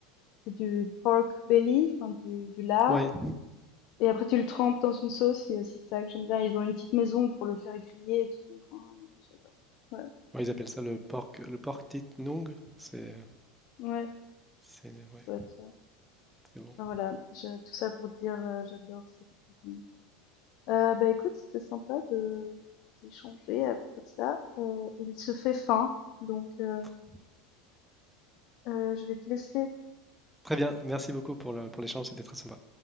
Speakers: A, on the left; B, in the centre.
A: c'est du pork belly, enfin, du, du lard.
B: Ouais,
A: Et après, tu le trempes dans une sauce, c'est aussi ça que j'aime bien. Ils ont une petite maison pour le faire griller et tout. Enfin, j'adore. Ouais,
B: ouais, ils appellent ça le pork, le pork tit nung. C'est,
A: ouais, ça
B: c'est, ouais,
A: doit être ça.
B: c'est bon.
A: Enfin, voilà, je- tout ça pour dire, euh, j'adore cette cuisine. Euh, bah écoute, c'était sympa de d'échanger à propos de ça. Euh, il se fait faim, donc euh,
B: Tr-
A: euh, je vais te laisser.
B: Très bien, merci beaucoup pour le, pour l'échange, c'était très sympa.